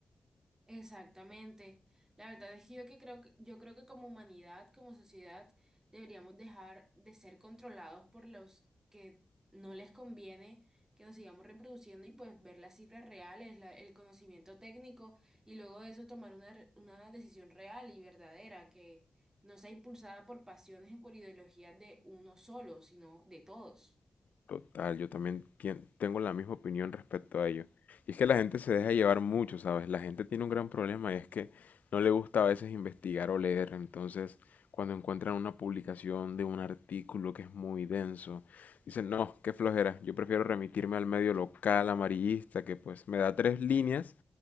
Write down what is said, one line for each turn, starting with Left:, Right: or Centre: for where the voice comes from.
Right: Exactamente. La verdad es que yo que creo que yo creo que como humanidad, como sociedad, deberíamos dejar de ser controlados por los que no les conviene que nos sigamos reproduciendo y pues ver las cifras reales, la- el conocimiento técnico y luego de eso tomar una, re- una decisión real y verdadera que no sea impulsada por pasiones y por ideologías de uno solo, sino de todos.
Left: Total, yo también tien- tengo la misma opinión respecto a ello. Y es que la gente se deja llevar mucho, ¿sabes? La gente tiene un gran problema y es que no le gusta a veces investigar o leer. Entonces, cuando encuentran una publicación de un artículo que es muy denso, dicen, no, qué flojera, yo prefiero remitirme al medio local amarillista que pues me da tres líneas